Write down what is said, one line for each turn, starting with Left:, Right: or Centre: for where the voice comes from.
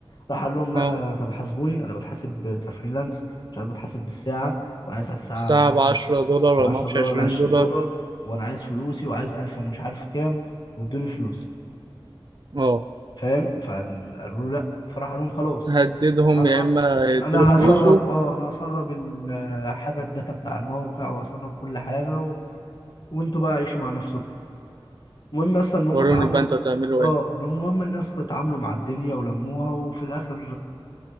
Left: راح قال لهم لا
Right: اه
Left: آه، طب حاسبوني انا بتحاسب كفريلانس مش عارف بتحاسب بالساعه وعايز على الساعه
Right: الساعه
Left: مش عارف
Right: ب 10 دولار ولا
Left: 10
Right: ما اعرفش
Left: دولار
Right: 20
Left: ولا 20
Right: دولار
Left: دولار وانا عايز فلوسي وعايز 1000 ومش عارف كام وادوني فلوسي
Right: اه
Left: فاهم فقالوا له لا فراح قال لهم خلاص
Right: هددهم
Left: انا
Right: يا اما يدوا
Left: انا
Right: فلوسه
Left: هسرب اه انا هسرب الحاجه الداتا بتاع الموقع وهسرب كل حاجه و... وانتوا بقى عيشوا مع نفسكم المهم اصلا ان هم
Right: وروني
Left: اتعاملوا
Right: بقى انتوا هتعملوا
Left: اه
Right: ايه
Left: إن هم- المهم الناس اتعاملوا مع الدنيا ولموها وفي الاخر